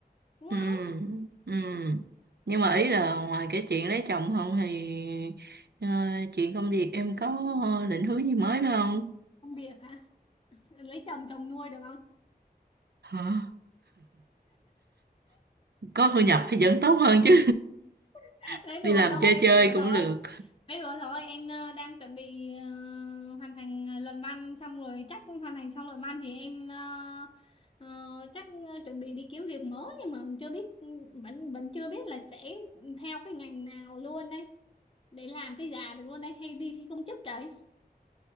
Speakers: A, on the left; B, on the right.
A: đúng
B: ừ
A: không
B: ừ nhưng mà ý là ngoài cái chuyện lấy chồng không thì ờ, chuyện công việc em có ờ, định hướng gì mới nữa không
A: công việc hả lấy chồng chồng nuôi được không
B: hả có thu nhập thì vẫn tốt hơn chứ
A: <laughs>
B: <laughs>
A: nói
B: đi
A: đùa
B: làm
A: thôi
B: chơi
A: em
B: chơi
A: nói đùa
B: cũng
A: thôi
B: được
A: nói đùa thôi em ờ, đang chuẩn bị ờ, hoàn thành ờ, luận văn xong rồi chắc hoàn thành xong luận văn thì em ờ, ờ, chắc ờ, chuẩn bị đi kiếm việc mới nhưng mà chưa biết vẫn vẫn chưa biết là sẽ theo cái ngành nào luôn đây để làm tới già được luôn đây hay đi thi công chức vậy